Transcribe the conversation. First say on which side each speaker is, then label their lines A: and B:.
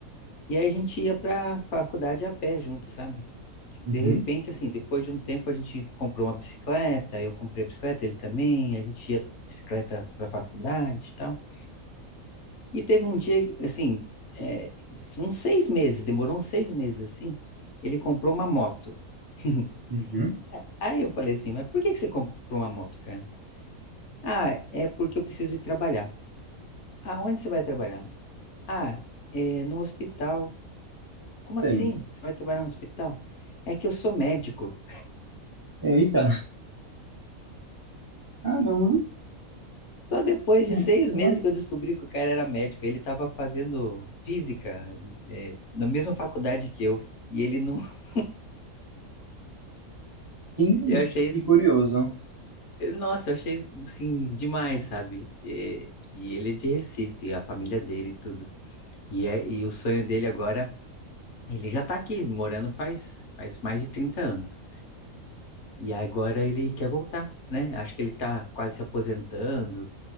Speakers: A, on the left; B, on the right.
A: e aí a gente ia pra faculdade a pé junto, sabe?
B: Uhum,
A: De repente, assim, depois de um tempo a gente comprou uma bicicleta, eu comprei a bicicleta, ele também, a gente ia bicicleta para a faculdade e tal. E teve um dia, que, assim, é, uns seis meses, demorou uns seis meses assim, ele comprou uma moto. <laughs>
B: uhum,
A: Aí eu falei assim, mas por que que você comprou uma moto, cara? Ah, é porque eu preciso ir trabalhar. Aonde você vai trabalhar? Ah, é no hospital. Como
B: sim.
A: assim? Você vai trabalhar no hospital? É que eu sou médico.
B: Eita, caramba,
A: Só depois
B: como,
A: de seis
B: como
A: meses que eu descobri que o cara era médico. Ele estava fazendo física, é, na mesma faculdade que eu. E ele não. <laughs>
B: assim?
A: Eu achei. isso-
B: Que curioso.
A: eu- Nossa, eu achei assim, demais, sabe? E, e ele é de Recife, a família dele e tudo. E, é- e o sonho dele agora. Ele já tá aqui, morando faz, faz mais de 30 anos. E agora ele quer voltar, né? Acho que ele tá quase se aposentando